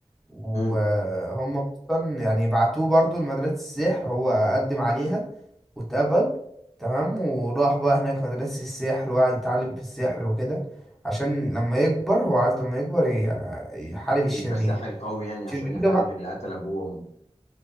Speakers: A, in the centre; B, on the left.
A: وهم
B: مم.
A: اصلا يعني بعتوه برضو لمدرسة السحر هو قدم عليها واتقبل تمام وراح بقى هناك مدرسة السحر وقعد يتعلم في السحر وكده عشان لما يكبر هو عايز لما يكبر ي- يحارب الشرير
B: يبقى ساحر قوي يعني
A: الشرير
B: عشان يحارب
A: ده بقى
B: اللي قتل ابوه وامه